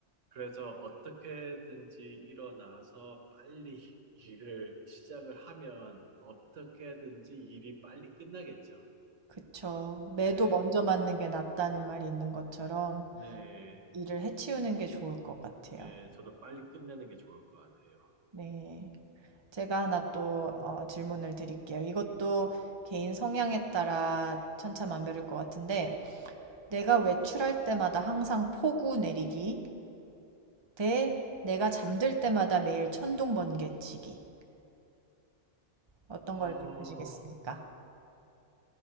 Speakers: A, on the right; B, on the right.
A: 그래서 어떻게든지 일어나서 빨리 <laughs> 일을 시작을 하면 어떻게든지 일이 빨리 끝나겠죠.
B: 그쵸. 매도
A: 네,
B: 먼저 맞는 게 낫다는 말이 있는 것처럼.
A: 네.
B: 일을 해치우는 게 좋을 것 같아요.
A: 네, 저도 빨리 끝내는 게 좋을 것 같아요.
B: 네. 제가 하나 또 어, 질문을 드릴게요. 이것도 개인 성향에 따라 천차만별일 것 같은데, 내가 외출할 때마다 항상 폭우 내리기 대 내가 잠들 때마다 매일 천둥 번개 치기. 어떤
A: 어,
B: 걸 택하시겠습니까?